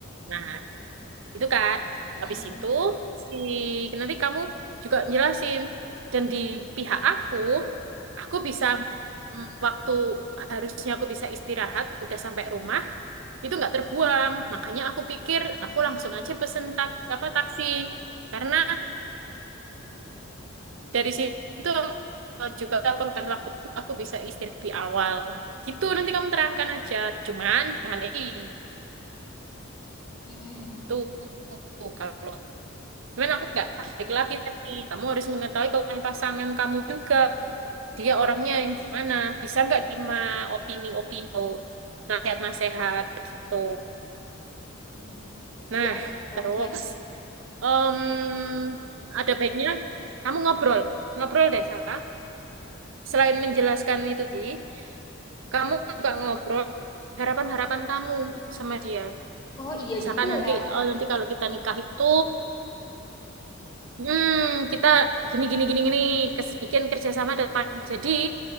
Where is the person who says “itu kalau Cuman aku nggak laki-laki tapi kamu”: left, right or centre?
Right